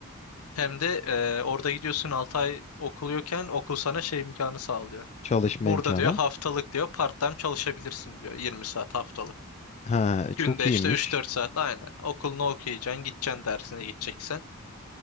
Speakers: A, on the left (about 85°); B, on the left (about 30°).
A: Hem de e, orada gidiyorsun 6 ay okuluyorken okul sana şey imkanı sağlıyor.
B: çalışma
A: Burada
B: imkanı.
A: diyor haftalık diyor part-time çalışabilirsin diyor Yirmi saat haftalık.
B: Ha
A: Günde
B: çok iyiymiş.
A: işte üç dört saat aynen. Okulunu okuyacaksın, gideceksin dersine gideceksen.